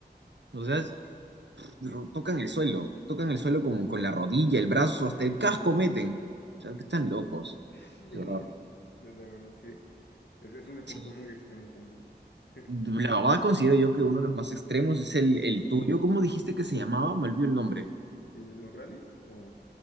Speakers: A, on the right; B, on the left.
A: O sea, ro-
B: Y-
A: tocan el suelo, tocan el suelo con, con la rodilla, el brazo, hasta el casco meten. O sea,
B: y-
A: que están locos,
B: y sí,
A: de
B: no,
A: verdad.
B: de, de- de verdad, sí. Es, es un deporte
A: Sí.
B: muy extremo también. <laughs>
A: La verdad considero yo que uno de los más extremos es el, el tuyo. ¿Cómo dijiste que se llamaba? Me olvidé el nombre.
B: El- ¿Los rallies? O...